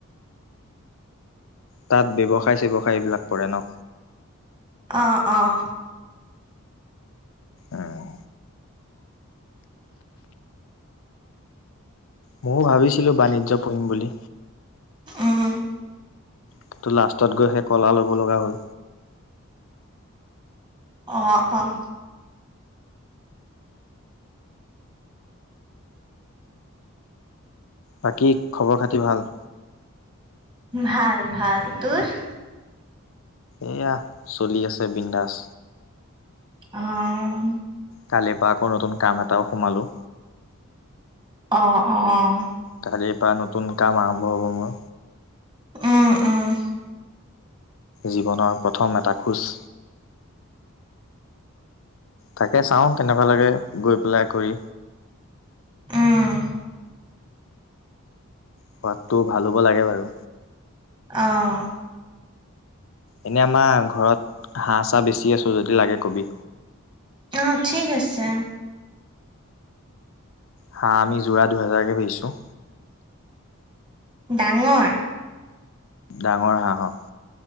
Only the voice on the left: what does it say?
তাত ব্যৱসায় চেৱসায় এইবিলাক পৰে ন।
অঁ! ময়ো ভাবিছিলো বাণিজ্য পঢ়িম বুলি।
কিন্তু লাষ্টত গৈ সেই ক'লা ল'ব লগা হ'ল।
বাকী খবৰ খাতি ভাল।
এয়া চলি আছে বিনন্দাছ।
কালিৰ পৰা আকৌ নতুন কাম এটাওঁ সোমালোঁ।
কালিৰ পৰা নতুন কাম আৰম্ভ হ'ব মোৰ।
জীৱনৰ প্ৰথম এটা খোজ। তাকে চাওঁ কেনেকুৱা লাগে গৈ পেলাই কৰি
সোৱাদটো ভাল হ'ব লাগে বাৰু।
এনে আমাৰ ঘৰত হাঁহ ছাহ বেছি আছো যদি লাগে কবি
হাঁহ আমি যোৰা দুহেজাৰকে বেছো‌।
ডাঙৰ হাঁহ অ